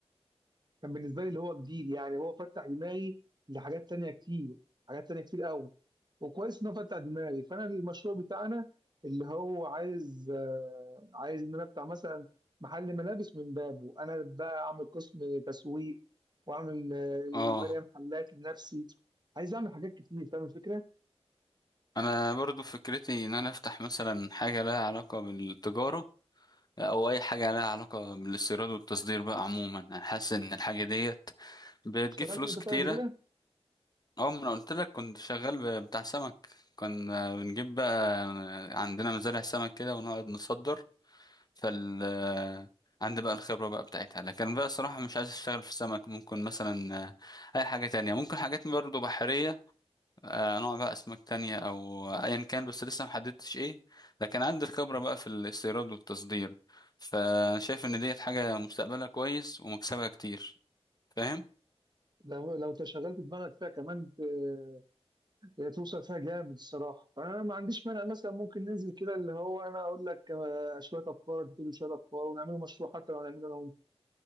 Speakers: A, on the right (about 40°); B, on the left (about 40°).
A: كان بالنسبه لي اللي هو جديد يعني هو فتح دماغي لحاجات تانية كتير حاجات تانية كتير قوي وكويس ان هو فتح دماغي فانا المشروع بتاعنا اللي هو عايز آه، عايز ان انا افتح مثلا محل ملابس من بابه انا بقى اعمل قسم تسويق واعمل آه، يبقى
B: اه
A: ليا محلات لنفسي عايز اعمل حاجات كتير فاهم الفكره
B: انا برضو فكرتي ان انا افتح مثلا حاجة لها علاقة بالتجارة او اي حاجة لها علاقة بالاستيراد والتصدير بقى عموما انا حاسس ان الحاجة ديت بتجيب
A: اشتغلت
B: فلوس
A: انت
B: كتيرة
A: طيب قبل كده
B: اه ما انا قلت لك كنت شغال ب- بتاع سمك كنا بنجيب بقى عندنا مزارع سمك كده ونقعد نصدر فال عندي بقى الخبرة بقى بتاعتها لكن بقى صراحة مش عايز اشتغل في السمك ممكن مثلا آه، اي حاجة تانية ممكن حاجات برضه بحرية آه، نوع بقى اسماك تانية او ايا كان بس لسه محددتش ايه لكن عندي الخبرة بقى في الاستيراد والتصدير فشايف ان ديت حاجة مستقبلها كويس ومكسبها كتير فاهم
A: لو لو تشغلت دماغك فيها كمان آه، هي توصل فيها جامد الصراحه فانا ما عنديش مانع مثلا ممكن ننزل كده اللي هو انا اقول لك آه، شويه افكار انت تقول لي شويه افكار ونعمله مشروع حتى لو هنعمله انا وانت